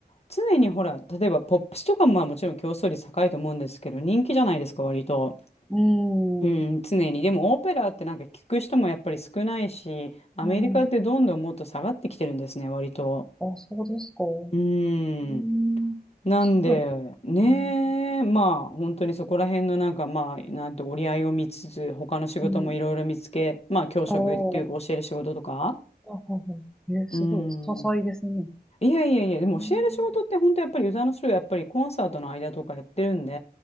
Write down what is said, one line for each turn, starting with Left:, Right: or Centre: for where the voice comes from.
Left: 常にほら、例えばポップスとかもまあもちろん競争率高いと思うんですけど、人気じゃないですか、割と。
Centre: うん。
Left: うん、
Centre: うん。
Left: 常に。でもオペラってなんか聞く人もやっぱり少ないし、アメリカってどんどんもっと下がってきてるんですね、
Centre: うん
Left: 割と。
Centre: あ、そうですか。う
Left: うん。
Centre: ん。
Left: なんで、
Centre: すごい。
Left: ねえ、
Centre: うん。
Left: まあ、本当にそこら辺のなんか、まあ、なんて折り合いを見つつ、他の仕事もいろいろ見つけ、
Centre: うん。
Left: まあ、教職っていうか教える仕事とか。
Centre: あーあ、はいはい。えー、すごいです。
Left: うん。
Centre: 多彩ですね。
Left: いやいやいや、でも教える仕事って本当やっぱり歌の人やっぱりコンサートの間とかやってるんで、
Centre: うん。